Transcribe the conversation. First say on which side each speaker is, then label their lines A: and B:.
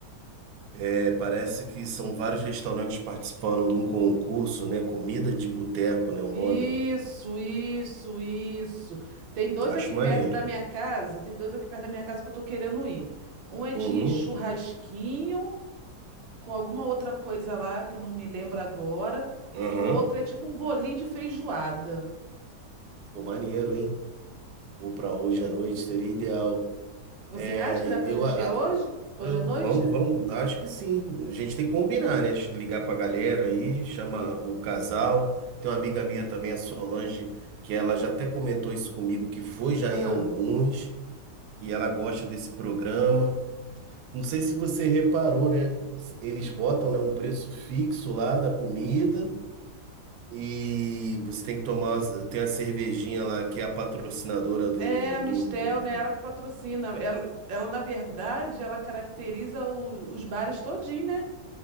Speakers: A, on the right; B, on the right.
A: É, parece que são vários restaurantes participando de um concurso, né? Comida de boteco, né? O
B: Isso,
A: nome.
B: isso, isso. Tem dois
A: Acho
B: aqui
A: maneiro.
B: perto da minha casa, tem dois aqui perto da minha casa que eu tô querendo ir. Um é de
A: Uhum.
B: churrasquinho com alguma outra coisa lá que eu não me lembro agora.
A: Aham.
B: E o outro é tipo um bolinho de feijoada.
A: Pô, maneiro, hein? Pô, pra hoje à noite seria ideal.
B: Você
A: É,
B: acha que dá pra
A: eu,
B: gente
A: a-
B: ir hoje? Hoje
A: Eu-
B: à noite?
A: Vamos, vamos, acho que sim. A gente tem que combinar, né? Ligar pra galera aí, chama o casal. Tem uma amiga minha também, a Solange, que ela já até comentou isso comigo, que foi já
B: Ah.
A: em alguns, e ela gosta desse programa. Não sei se você reparou, né? Eles botam, né, um preço fixo lá da comida e você tem que tomar, uma- tem a cervejinha lá que é a patrocinadora do,
B: É, a Mistel,
A: do, do
B: né? Ela que patrocina. Ela, ela, na verdade, ela caracteriza o- os bares todinho, né?